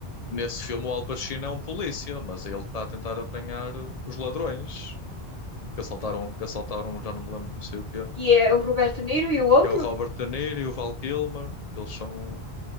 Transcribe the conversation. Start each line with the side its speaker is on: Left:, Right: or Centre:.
Left: nesse filme, o Al Pacino é um polícia, mas ele está a tentar apanhar os ladrões que assaltaram, que assaltaram, já não me lembro, não sei o que é.
Right: Que é o Roberto Niro e o
Left: Que
Right: outro?
Left: é o Robert De Niro e o Val Kilmer. Eles são.